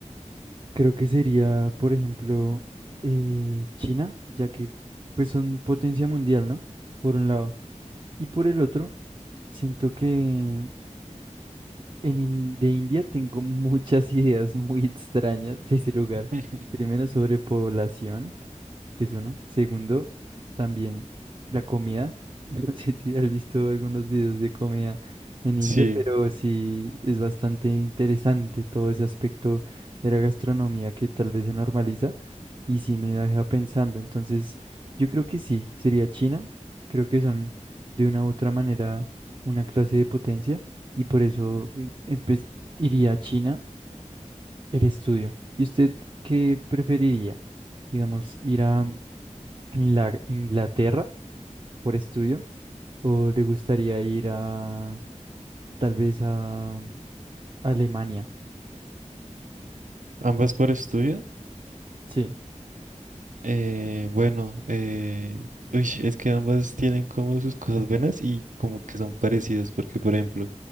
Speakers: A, on the right (about 40°); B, on the right (about 85°).
A: creo que sería, por ejemplo, eh, China, ya que pues son potencia mundial, ¿no? Por un lado. Y por el otro, siento que En In- de India tengo <laughs> muchas ideas muy extrañas de ese lugar.
B: <laughs>
A: Primero, sobre población, que es una. Segundo, también la comida. <laughs> No sé si has visto algunos videos de comida en India,
B: Sí,
A: pero sí es bastante interesante todo ese aspecto de la gastronomía que tal vez se normaliza y sí me deja pensando. Entonces, yo creo que sí, sería China. Creo que son de una u otra manera una clase de potencia y por eso eh, empe- iría a China el estudio. ¿Y usted qué preferiría? Digamos, ir a Inla- Inglaterra por estudio o le gustaría ir a tal vez a Alemania?
B: ambas por estudio.
A: Sí,
B: Eh, bueno, eh, uy, es que ambas tienen como sus cosas buenas y como que son parecidas, porque por ejemplo,